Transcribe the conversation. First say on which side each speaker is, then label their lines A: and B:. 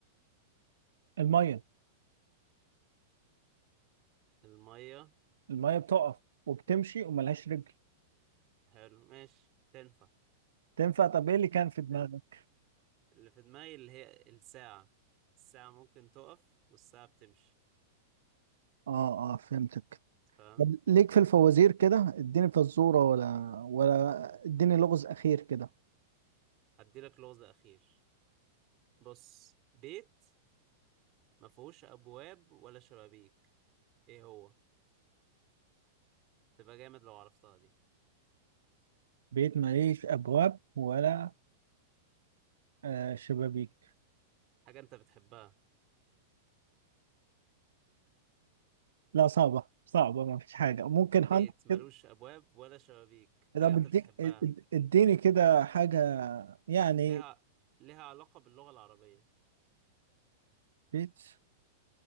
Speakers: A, on the right; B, on the right.
A: المية
B: المية
A: المية بتقف وبتمشي وملهاش رجل
B: حلو ماشي تنفع
A: تنفع طب ايه اللي كان في دماغك
B: تنفع اللي في دماغي اللي هي الساعة الساعة ممكن تقف والساعة بتمشي
A: اه اه فهمتك
B: فاهم
A: طب ليك في الفوازير كده اديني فزورة ولا ولا اديني لغز أخير كده
B: هديلك لغز أخير بص بيت ما فيهوش أبواب ولا شبابيك ايه هو تبقى جامد لو عرفتها دي
A: بيت ماليش أبواب ولا آه شبابيك
B: حاجة انت بتحبها
A: لا صعبة صعبة ما فيش حاجة ممكن
B: بيت
A: هنت
B: ملوش
A: كده
B: أبواب ولا شبابيك حاجة
A: ده بديك
B: انت بتحبها
A: اد- اديني كده حاجة يعني
B: لها لها علاقة باللغة العربية
A: بيت